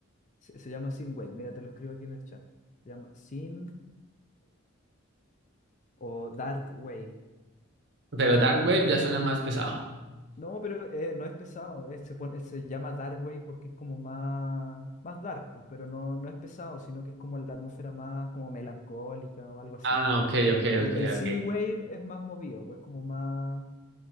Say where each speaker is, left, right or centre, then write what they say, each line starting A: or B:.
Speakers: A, on the left; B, on the right.
A: se, se llama synthwave, mira, te lo escribo aquí en el chat, se llama synthwave o dark wave,
B: Pero
A: eh,
B: Dark Wave ya suena más pesado.
A: No, pero eh, no es pesado. eh, se pone, se llama Dark Wave porque es como más, más dark, pues, pero no, no es pesado, sino que es como la atmósfera más como melancólica o algo así.
B: Ah, ok, ok,
A: El,
B: ok,
A: el synth
B: ok.
A: Wave es más movido, pues como más,